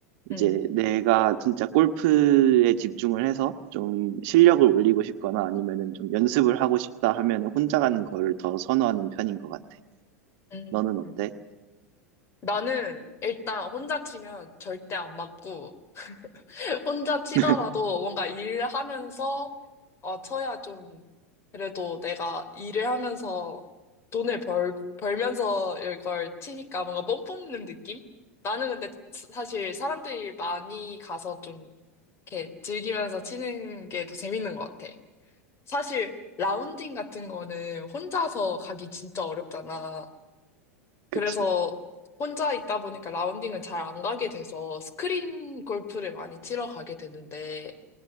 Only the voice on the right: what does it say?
이제 내가 진짜 골프에 집중을 해서 좀 실력을 올리고 싶거나 아니면은 좀 연습을 하고 싶다 하면은 혼자 가는 거를 더 선호하는 편인 것 같아.
너는 어때?
<laughs>
그치.